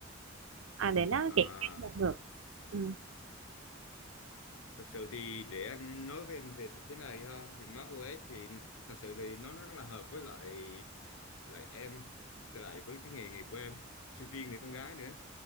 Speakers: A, on the right; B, on the left.
A: à, để nó
B: à
A: chạy trên một lượt. Ừ.
B: thực sự thì để anh nói với em thì thế này ha thì macOS thì thật sự thì nó nó rất là hợp với lại lại em với lại với cái nghề nghiệp của em sinh viên người con gái nữa